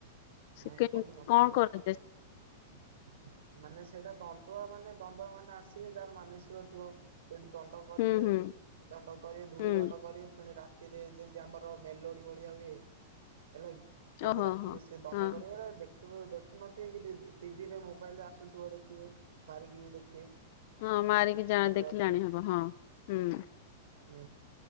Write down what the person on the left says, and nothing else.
ସେ
କେମତି
କଣ କରାଯାଏ?
ହୁଁ ହୁଁ
ହୁଁ
ଓହୋ
ହୋ
ହଁ
ହଁ ମାରିକି ଯାଏଁ
ଦେଖିଲେ ଜାଣିହବ ହଁ ହୁଁ।